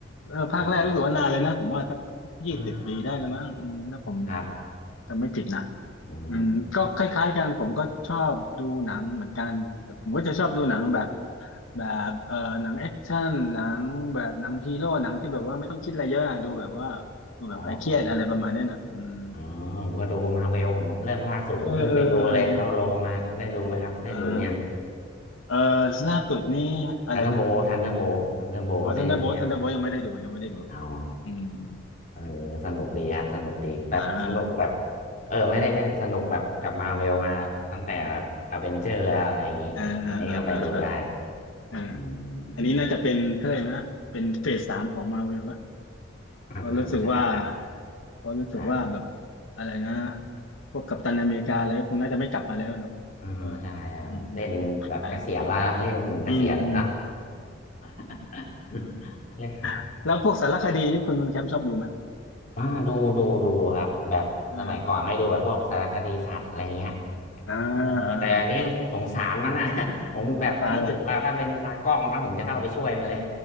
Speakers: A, on the left (about 80°); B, on the left (about 40°).
A: เออภาคแรกรู้สึกว่านานเลยนะผมว่าสักยี่สิบปีได้แล้วมั้งอืมถ้าผม
B: อืมอ่าครับ
A: จำไม่ผิดนะ
B: อืม
A: อืมก็คล้ายๆกันผมก็ชอบดูหนังเหมือนกันแต่ผมก็จะชอบดูหนังแบบ แบบเออหนังแอคชั่นหนังแบบหนังฮีโร่หนังที่แบบว่าไม่ต้องคิดอะไรเยอะอะดูแบบว่าดูแบบคลายเครียดอะไรประมาณเนี้ยนะอืม
B: อ๋ออ๋ออ๋อผมก็ดูมาเวลผมเรื่องล่าสุดผมเพิ่งไปดูเลยเข้าโรงมาได้ดูไหมครับได้ดูยัง
A: เออเออเอออะไรเงี้ยอ่าเออล่าสุดนี่อะไรนะ
B: ทันเดอร์โบทันเดอร์โบทันเดอร์โบได้ดูยัง
A: อ๋อทันเดอร์โบลทันเดอร์โบลยังไม่ได้ดูยังไม่ได้ดู
B: อ๋อ
A: อืมอืม
B: เออสนุกดีครับสนุกดีแบบสนุกแบบ
A: อ่า
B: เออไม่ได้ไม่ได้สนุกแบบกับมาเวลมาตั้งแต่แบบอเวนเจอร์แล้วอะไรอย่างนี้อันนี้ก็ไปดูได้
A: อ่าอ่าอ่าอ่าอ่า
B: อื
A: อันนี้น่าจะเป็นเขาเลยกนะเป็นเฟสสามของมาเวล
B: มอ่าใช่ครับ
A: เพราะรู้สึกว่าเพราะรู้สึกว่าแบบ
B: ใช่
A: อะไรนะพวกกัปตันอเมริกาอะไรก็คงน่าจะไม่กลับมาแล้วเนาะเออ
B: อืมใช่ครับเล่นแบบเกษียณแล้วนะเล่นถึงเกษียณเลยนะ
A: อืมอืมไปแล้วอืมอืม
B: <laughs> เล่น
A: <laughs> แล้วพวกสารคดีนี่คุณคุณแคมป์ชอบดูไหม
B: อ่าดูดูดูครับแบบสมัยก่อนก็ได้ดูแบบพวกสารคดีสัตว์อะไรเงี้ย
A: เอออ่า
B: เออแต่อันนี้สงสารมันนะ
A: อ่าอ่า
B: <laughs> ผมแบบนึกถึงว่าถ้าเป็นตากล้องนะผมจะเข้าไปช่วยมันเลย
A: สงสารนะ